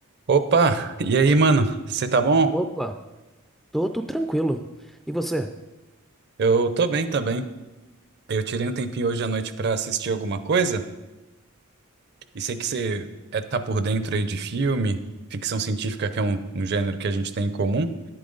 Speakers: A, on the right (about 50°); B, in the centre.
A: Opa, e aí, mano? Você tá bom?
B: Opa, tô, tô tranquilo. E você?
A: Eu tô bem também. Eu tirei um tempinho hoje à noite pra assistir alguma coisa e sei que você é, tá por dentro aí de filme, ficção científica, que é um, um gênero que a gente tem em comum.